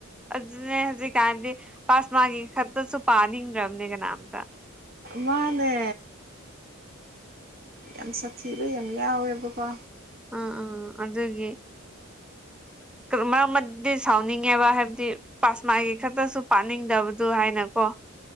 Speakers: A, in the centre; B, on the right.
A: ꯑꯗꯨꯅꯦ ꯍꯧꯖꯤ ꯀꯥꯟꯗꯤ ꯄꯥꯁ ꯃꯥꯒꯤꯦ ꯈꯁꯨ ꯄꯥꯅꯤ ꯔꯝꯅꯦ ꯀꯅꯥꯝ ꯊ
B: ꯃꯥꯅꯦ ꯌꯥꯝ ꯁꯥꯊꯤꯕ ꯌꯥꯝ ꯌꯥꯎꯋꯦꯕꯀꯣ
A: ꯑ ꯑ ꯑꯗꯨꯦ ꯃꯔꯝꯗꯤ ꯁꯥꯎꯅꯤꯡꯉꯦꯕ ꯍꯥꯏꯕꯗꯤ ꯄꯥꯁꯃꯥꯒꯤ ꯈꯛꯇꯁꯨ ꯄꯥꯅꯤꯡꯗꯕꯗꯨ ꯍꯥꯏꯅꯀꯣ